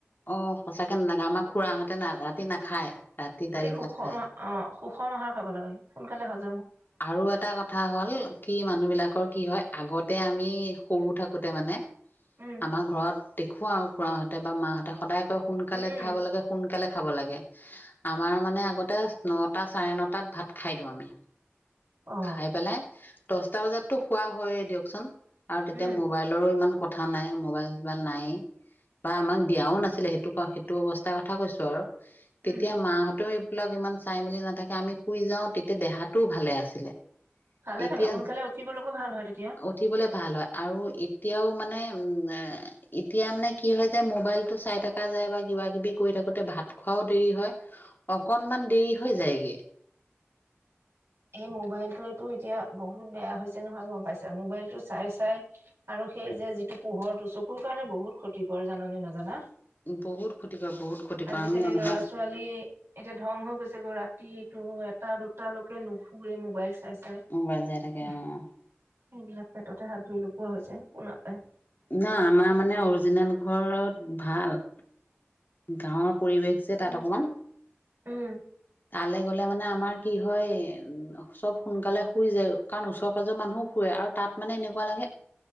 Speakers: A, on the left; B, on the right.
A: অ সঁচাকে নালাগে আমাৰ খুৰাহঁতে না ৰাতি নাখায় ৰাতি দাইল
B: সুষম
A: ভাত খায়
B: অ সুষম আহাৰ খাব লাগে সোনকালে সজ
A: আৰু এটা কথা হ'ল কি মানুহ বিলাকৰ কি হয় আগত তে আমি সৰু থাকোতে মানে
B: উম
A: আমাৰ ঘৰত দেখুৱাওক খুৰাহঁতে বা মাহঁতে সদায় কয় সোনকালে
B: উম
A: খাব লাগে সোনকালে খাব লাগে আমাৰ মানে আগতে নটা চাৰে নটাত ভাত খাই দিওঁ আমি।
B: অ
A: খাই পেলাই দচটা বজাতটো খোৱা হয়ে দিয়কচোন। আৰু তেতিয়া
B: উম
A: মোবাইলৰো ইমান কথা নাই মোবাইল-চোবাইল নায়েই বা আমাক দিয়াও নাছিলে সেইটো সেইটো অৱস্থাৰ কথা কৈছো আৰু।
B: উম
A: তেতিয়া মাহঁতেও বিলাক ইমান চাই মেলি নাথাকে আমি শুই যাওঁ তেতিয়া দেহাটোও ভালে আছে। এনে
B: ভালে
A: এতিয়া
B: থাকে সোনকালে উঠিবলৈকো ভাল হয় তেতিয়া।
A: উঠিবলে ভাল হয় আৰু এত এতিয়াও মানে উ এতিয়া মানে কি হয় যে মোবাইলটো চাই থকা যায় বা কিবা কিবি কৰি থাকোতে ভাত খোৱাও দেৰি হয়, অকনমান দেৰি হৈ যায়গে।
B: এই মোবাইলটোৱেতো এতিয়া বহুত বেয়া হৈছে নহয় গম পাইছা, মোবাইলতটো চাই চাই আৰু সেইযে ত পোহৰ টো চকুৰ কাৰণে বহুত ক্ষতিকৰ জানে নাজানা!
A: বহুত ক্ষতিকৰ বহুত ক্ষতিকৰ
B: আজিকালি
A: আমি অনুমান
B: ল'ৰা- ছোৱালী এতিয়া ধং হৈ গৈছেগৈ ৰাত টি-টো এটা দুটা ল ন এই মোবাইল চাই চাই,
A: মোবাইল চাই থাকে
B: হু
A: অ
B: এইবিলাক পেটতে হাত ধুই লো কোৱা হৈছে শুনা পায়
A: ন আমাৰ মানে অৰিজিনেল ঘৰত ভাল গাঁৱত পৰিৱেশ যে
B: উম।
A: তাত অকমান।
B: উম।
A: তালৈ গ'লে মানে আমাৰ কি হয় উ চব সোনকালে শুই যায় কাৰণ ওচৰ-পাজৰৰ মানুহো শুৱে আৰু তাত মানে এনেকুৱা লাগে